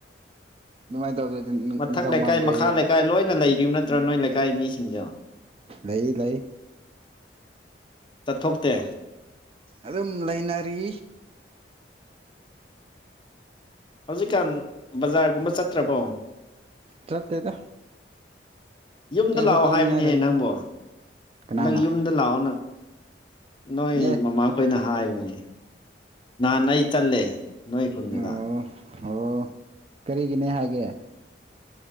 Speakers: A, on the right; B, on the left.
A: ꯑꯗꯨꯃꯥꯏꯅ ꯇꯧꯗ꯭ꯔꯗꯤ
B: ꯃꯊꯛ
A: ꯅꯤꯡꯊꯧ
B: ꯂꯩꯀꯥꯏ
A: ꯃꯥꯟꯗ꯭ꯔꯦ
B: ꯃꯈꯥ ꯂꯩꯀꯥꯏ ꯂꯣꯏꯅ ꯂꯩꯔꯤꯕꯨ ꯅꯠꯇ꯭ꯔꯥ ꯅꯣꯏ ꯂꯩꯀꯥꯏ ꯃꯤꯁꯤꯡꯗꯣ
A: ꯂꯩ ꯂꯩ
B: ꯆꯠꯊꯣꯛꯇꯦ
A: ꯑꯗꯨꯝ ꯂꯩꯅꯔꯤ
B: ꯍꯧꯖꯤꯛꯀꯥꯟ ꯕꯖꯥꯔꯒꯨꯝꯕ ꯆꯠꯇ꯭ꯔꯕꯣ
A: ꯆꯠꯇꯦꯗ
B: ꯌꯨꯝꯗ
A: ꯀꯩꯁꯨ
B: ꯂꯥꯛꯑꯣ
A: ꯇꯧꯅꯤꯡꯉꯥꯏ
B: ꯍꯥꯏꯕꯅꯤꯅꯦ
A: ꯂꯩꯗꯅ
B: ꯅꯪꯕꯨꯣ
A: ꯀꯅꯥꯅ
B: ꯍꯟꯗꯛ ꯌꯨꯝꯗ ꯂꯥꯛꯑꯣ ꯅꯪ ꯅꯣꯏ
A: ꯑꯦ
B: ꯃꯃꯥꯈꯣꯏꯅ ꯍꯥꯏꯕꯅꯦ ꯅꯍꯥꯟ ꯑꯩ ꯆꯠꯂꯦ ꯅꯣꯏ ꯈꯨꯟꯗꯨꯗ
A: ꯑꯣ ꯑꯣ ꯀꯔꯤꯒꯤꯅꯦ ꯍꯥꯏꯒꯦ